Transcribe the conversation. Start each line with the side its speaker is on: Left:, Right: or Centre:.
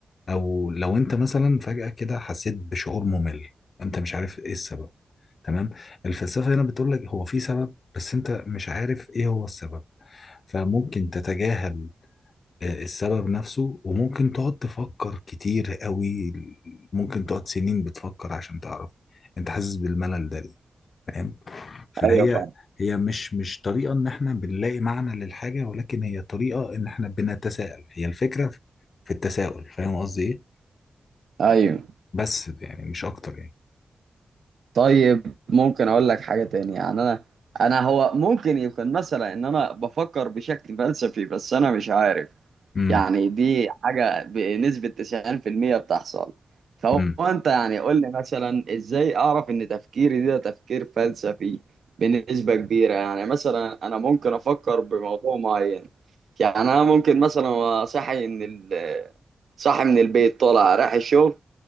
Left: او لو انت مثلا فجأة كده حسيت بشعور ممل انت مش عارف ايه السبب تمام الفلسفة هنا بتقول لك هو في سبب بس انت مش عارف ايه هو السبب فممكن تتجاهل آه، السبب نفسه وممكن تقعد تفكر كتير قوي ممكن تقعد سنين بتفكر عشان تعرف انت حاسس بالملل ده ليه فاهم فهي
Right: ايوه فاهم
Left: هي مش مش طريقة ان احنا بنلاقي معنى للحاجة ولكن هي طريقة ان احنا بنتساءل هي الفكرة في التساؤل فاهم قصدي ايه
Right: ايوه
Left: بس يعني مش اكتر يعني
Right: طيب ممكن اقول لك حاجه تانية يعني انا انا هو ممكن يكون مثلا ان انا بفكر بشكل فلسفي بس انا مش عارف
Left: امم
Right: يعني دي حاجة بنسبة 90% بتحصل فهو
Left: امم
Right: انت يعني قول لي مثلا ازاي اعرف ان تفكيري ده تفكير فلسفي بنسبة كبيرة يعني مثلا انا ممكن افكر بموضوع معين يعني انا ممكن مثلا أبقى صاحي ان ال- صاحي من البيت طالع رايح الشغل